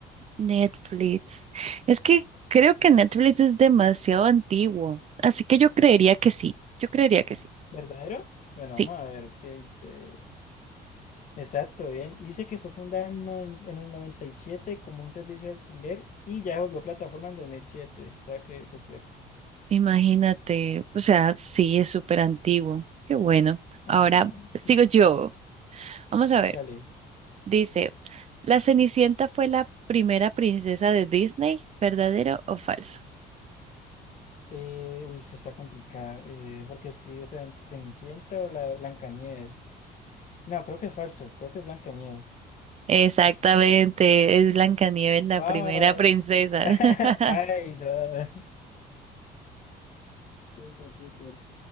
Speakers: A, on the right; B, on the left.
A: Netflix. Es que creo que Netflix es demasiado antiguo, así que yo creería que sí, yo creería que sí,
B: ¿Verdadero? Bueno,
A: sí,
B: vamos a ver qué dice. Exacto, bien. Dice que fue fundada en, no- en el 97 como un servicio de alquiler y ya se volvió plataforma en 2007. O sea que súper.
A: imagínate, o sea, sí, es súper antiguo, qué bueno.
B: Ajá,
A: Ahora
B: sí,
A: sigo yo. Vamos a ver.
B: dale.
A: Dice, ¿La Cenicienta fue la primera princesa de Disney? ¿Verdadero o falso?
B: Eh, uy, esa está complicada. eh, porque sí, o sea, en Cenicienta o la Blancanieves. No, creo que es falso. Creo que es Blancanieves.
A: Exactamente, es Blancanieves la
B: ¡Wow!
A: primera princesa.
B: <laughs>
A: <laughs>
B: Ay, no. Súper, súper.